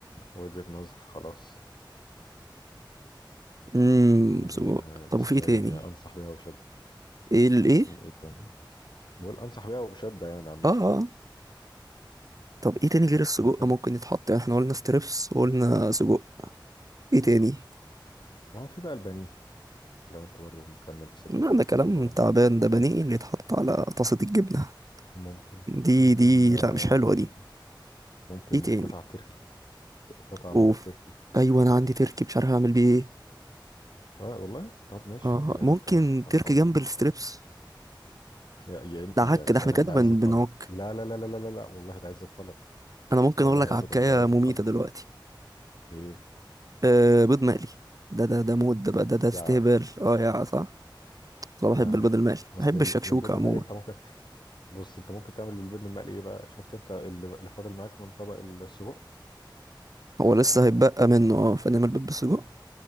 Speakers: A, on the left; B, on the right.
A: وجهة نظر خلاص
B: امم
A: يعني
B: سجق
A: آه،
B: طب
A: بس
B: وفي ايه
A: يعني
B: تاني
A: انصح بيها وبشدة
B: ايه الايه
A: ايه تاني بقول انصح بيها وبشدة يعني عامة
B: اه اه طب ايه تاني غير السجق
A: ايه تاني
B: ممكن يتحط يعني احنا قلنا ستريبس وقلنا سجق ايه تاني
A: ما هو في بقى البانيه لو انت برضو مكمل في سكة
B: لا
A: الجبن
B: ده كلام تعبان ده بانيه اللي يتحط على طاسه الجبنه
A: ممكن
B: دي
A: ممكن
B: دي
A: آه،
B: لا مش حلوه دي
A: ممكن
B: ايه تاني
A: قطع تركي قطع
B: اوف
A: من التركي
B: ايوه انا عندي تركي مش عارف اعمل بيه ايه
A: آه والله طب ماشي
B: اه آه.
A: اديك عرفت
B: ممكن
A: يا عم الف
B: تركي
A: مبروك
B: جنب الستريبس
A: يا يا
B: ده
A: يا
B: عك
A: سلام
B: ده احنا كده
A: ده
B: بن-
A: عز الطلب
B: بنعك
A: لا لا لا لا لا لا لا، والله ده عز الطلب
B: انا ممكن
A: والله
B: اقول لك عكايه
A: ابدا ده عز
B: مميته
A: الطلب
B: دلوقتي
A: ايه
B: آه بيض مقلي ده ده ده مود ده بقى ده ده استهبال
A: يا
B: اه يا صح انا بحب
A: يا
B: البيض المقلي
A: اصل
B: بحب
A: ال-
B: الشكشوكة
A: البيض
B: عموما
A: المقلي انت ممكن بص انت ممكن تعمل بالبيض المقلي ايه بقى شفت انت اللي اللي فاضل معاك من طبق السجق
B: هو لسه هيتبقى منه اه فنعمل بيض بالسجق